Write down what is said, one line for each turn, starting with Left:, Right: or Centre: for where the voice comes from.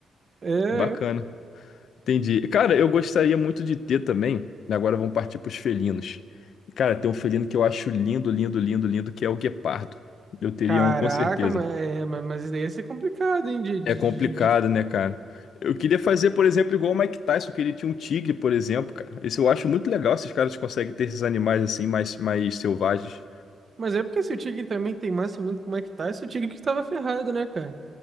Right: é.
Left: Bacana. Entendi. Cara, eu gostaria muito de ter também. né, Agora vamos partir para os felinos. Cara, tem um felino que eu acho lindo, lindo, lindo, lindo, que é o guepardo. Eu teria
Right: Caraca,
Left: um com certeza.
Right: mas, é, ma- mas isso daí ia ser complicado, hein? De, de,
Left: É complicado,
Right: de- de-
Left: né, cara? Eu queria fazer, por exemplo, igual o Mike Tyson, que ele tinha um tigre, por exemplo, cara. Esse eu acho muito legal, esses caras conseguem ter esses animais assim, mais, mais selvagens.
Right: Mas é porque se o Tigre também teimasse muito como é que tá, esse é o Tigre que estava ferrado, né, cara?